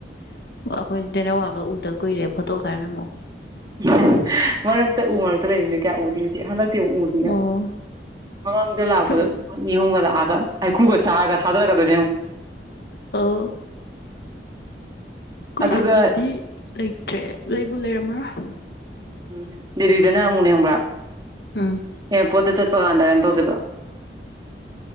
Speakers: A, on the left; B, on the right.
A: ꯑꯩꯈꯣꯏ ꯇꯦꯅꯋꯥꯒ ꯎꯗ ꯀꯨꯏꯔꯦ ꯐꯠꯇ ꯀꯅꯦ ꯃ
B: ꯎ ꯃꯔꯛꯇ ꯎ ꯃꯔꯛꯇ ꯂꯩꯕꯃꯤꯅꯣ ꯀꯌꯥ ꯎꯗꯤ ꯎꯗꯤ ꯍꯟꯗꯛ ꯛ ꯎꯗ ꯌꯥꯅꯤ
A: ꯑꯣ
B: ꯃꯃꯥꯡꯗ ꯂꯥꯛꯄꯗ
A: ꯑꯩꯈꯣꯏ
B: ꯅꯤꯍꯣꯒ ꯂꯥꯛꯑ ꯈ ꯍꯖ ꯀꯗ
A: ꯑ ꯑꯩꯈꯣꯏ
B: ꯑꯗꯨꯒ
A: ꯁꯤꯗꯗꯤ ꯂꯩꯇ꯭ꯔꯦ ꯂꯩꯕꯨ ꯂꯩꯔꯝꯃꯔꯥ <unintelligible>
B: ꯎꯝ ꯗꯦꯔꯤꯗꯅ ꯑꯃꯨꯅꯤ ꯌꯥꯝ꯭ꯔ
A: ꯎꯝ
B: ꯑꯦ ꯄꯣꯠꯇ ꯆꯠ ꯄꯀꯗꯩꯅꯝ ꯇꯧꯗꯕ